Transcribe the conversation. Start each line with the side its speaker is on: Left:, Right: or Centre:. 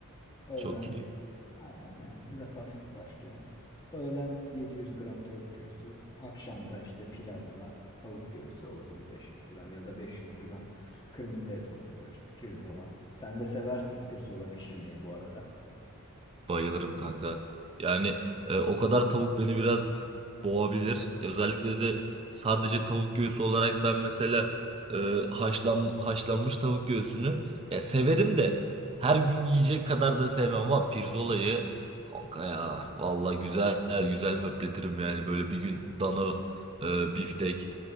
Left: Öğlen
Right: çok iyi.
Left: aynen yani biraz hafif başlıyorum. Öğlen 700 gram tavuk göğsü. Akşamda işte pilavla tavuk göğsü olabilir 500 gram ya da 500 gram kırmızı et olabilir. Pirzola. Sen de seversin pirzola pişirmeyi bu arada.
Right: Bayılırım kanka. Yani e, o kadar tavuk beni biraz boğabilir. Özellikle de sadece tavuk göğsü olarak ben mesela e, haşlan, haşlanmış tavuk göğsünü ya severim de her gün yiyecek kadar da sevmem ama pirzolayı kanka ya vallahi güzel güzel höpletirim yani böyle bir gün dana e, biftek